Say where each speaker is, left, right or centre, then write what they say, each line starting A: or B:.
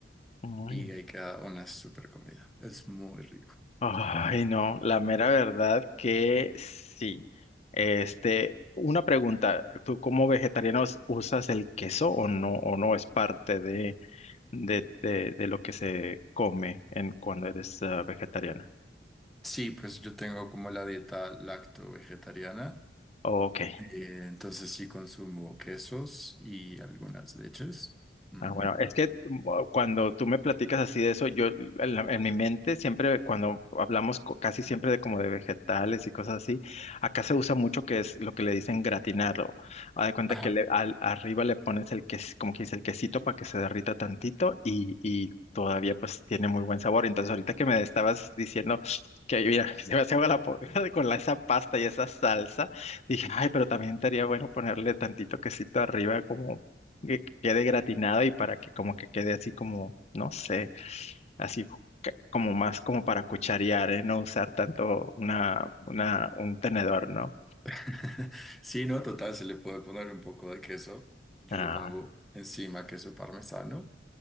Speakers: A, on the left; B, in the centre.
A: Ay.
B: y ahí queda una super comida, es muy rico.
A: Ay, no, la mera verdad que sí. Este, una pregunta, ¿tú como vegetarianos usas el queso o no, o no es parte de... de, de, de lo que se come en, cuando eres ah, vegetariana.
B: Sí, pues yo tengo como la dieta lacto-vegetariana,
A: Ok,
B: eh, entonces sí consumo quesos y algunas leches. Mm,
A: Ah, bueno, es que mm, cuando tú me platicas así de eso, yo en, la- en mi mente siempre, cuando hablamos co- casi siempre de como de vegetales y cosas así, acá se usa mucho que es lo que le dicen gratinarlo. Haz de cuenta
B: Ajá.
A: que le- al- arriba le pones el ques, como quien dice, el quesito para que se derrita tantito y, y todavía pues tiene muy buen sabor. Entonces ahorita que me estabas diciendo que mira, <laughs> se me hace agua la boca <laughs> con la- esa pasta y esa salsa, dije, ay, pero también estaría bueno ponerle tantito quesito arriba que quede gratinada y para que como que quede así como, no sé, así que- como más como para cucharear, ¿eh? No usar tanto una, una, un tenedor, ¿no?
B: <laughs> Sí, no, total, se le puede poner un poco de queso. Yo
A: Ah,
B: le pongo encima queso parmesano.